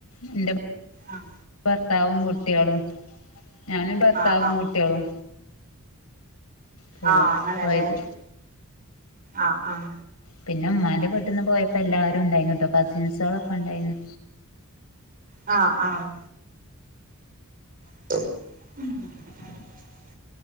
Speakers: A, on the left; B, on the right.
A: എന്റെ
B: ആ
A: ഭർത്താവും കുട്ടികളും ഞാന് ഭർത്താവും
B: ആ ആ
A: കുട്ടികളും പോവാ
B: ആഹ അങ്ങനല്ലേ
A: പോയത്
B: ആഹ ആഹ
A: പിന്നെ ഉ്മാൻന്റെറെീട്ട നിന്ന് പോയപ്പോ എല്ലാവുംണ്ടായിന്ന് കേട്ടോ കസിൻസുകളളൊക്കെ ഉണ്ടായിരുന്നു
B: ആ ആ <inaudible>